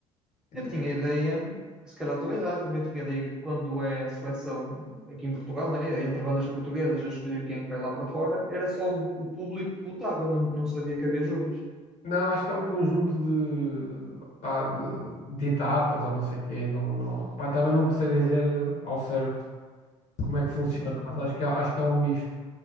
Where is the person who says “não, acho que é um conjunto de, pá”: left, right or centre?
Left